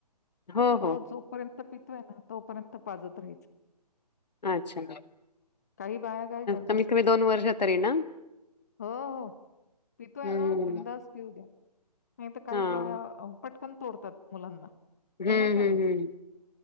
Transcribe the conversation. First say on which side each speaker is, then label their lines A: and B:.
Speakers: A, on the left; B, on the left.
A: हो, हो,
B: तो
A: हो.
B: जोपर्यंत पितोय ना तोपर्यंत पाजत राहयचं.
A: अच्छा!
B: काही बाया काय करतात,
A: कमीत कमी दोन वर्ष तरी ना
B: "हो, हो, पितोय
A: हं.
B: ना बिंदास पिऊ द्या. नाही तर काही
A: हां.
B: बाया पटकन तोडतात मुलांना
A: ह
B: ते नाही करायचं.
A: ह हम्म!